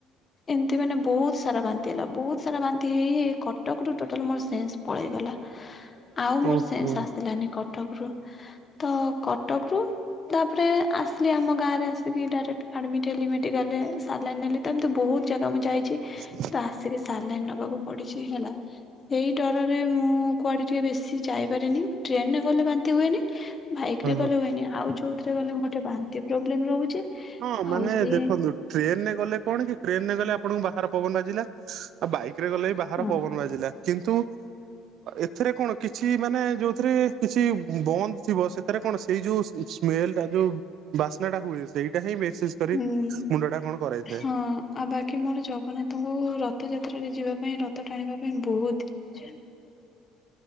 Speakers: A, on the left; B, on the right.
A: ଏମିତି ମାନେ ବହୁତ ସାରା ବାନ୍ତି ହେଲା ବହୁତ ସାରା ବାନ୍ତି ହେଇ ହେଇ କଟକରୁୁ ଟୋଟାଲ ମୋର ସେନ୍ ପଳେଇଗଲା।
B: <unintelligible>
A: ଆଉ ମୋର ସେନସ୍
B: ହଁ
A: ଆସିଲାନି କଟକରୁ ତ କଟକରୁ ତାପରେ ଆସିଲି ଆମ ଗାଁରେ ଆସିକି ଡାଇରେକ୍ଟ ଆଡମିଟ୍ ହେଲି ମେଡିକାଲ୍ ରେ ସଲାଇନ୍ ନେଲି ତ ଏମିତି ବହୁତ ଜାଗା ମୁଁ ଯାଇଛି
B: <unintelligible>
A: ତ ଆସିକି ସାଲାଇନ୍ ନେବାକୁ ପଡିଛି ହେଲା ସେଇ ଡରରେ ମୁଁ କୁଆଡେ ଟିକେ ବେଶୀ ଯାଇପାରିନି ଟ୍ରେନ୍ ରେ ଗଲେ ବାନ୍ତି ହୁଏନି। ବାଇକରେ
B: ହଁ।
A: ଗଲେ ହୁଏନି ଆଉ ଯୋଉଥିରେ ରେ ଗଲେ ମତେ ବାନ୍ତି ପ୍ରୋବ୍ଲେମ୍ ରହୁଛି।
B: ହଁ ମାନେ
A: ଆଉ ସେ
B: ଦେଖନ୍ତୁ ଟ୍ରେନ୍ ରେ ଗଲେ କଣ କି ଟ୍ରେନ୍ ରେ ଗଲେ ଆପଣଙ୍କୁ ବାହାର ପବନ ବାଜିଲା ଆଉ ବାଇକ ରେ ଗଲେ ବି ବାହାର
A: ହଁ
B: ପବନ ବାଜିଲା କିନ୍ତୁ ଏଥିରେ କଣ କିଛି ମାନେ ଯୋଉଥିରେ କିଛି ବନ୍ଦ ଥିବ ସେଥିରେ କଣ ସେଇ ଯୋଉ ସ୍ମେଲ୍ ଟା ଯୋଉ ବାସ୍ନା ଟା ହୁଏ ସେଇଟା ହିଁ ବିଶେଷ କରି
A: ହୁଁ
B: ମୁଣ୍ଡ ଟା କଣ କରାଇଥାଏ।
A: ହଁ ଆଉ ବାକି ମୋର ଜଗନ୍ନାଥଙ୍କୁ ରଥ ଯାତ୍ରାରେ ଯିବା ପାଇଁ ରଥ ଟାଣିବା ପାଇଁ ବହୁତ୍ <unintelligible>